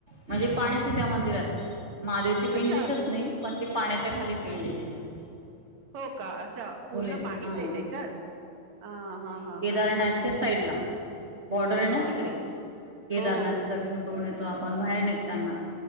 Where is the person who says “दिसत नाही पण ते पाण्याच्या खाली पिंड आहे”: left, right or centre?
Right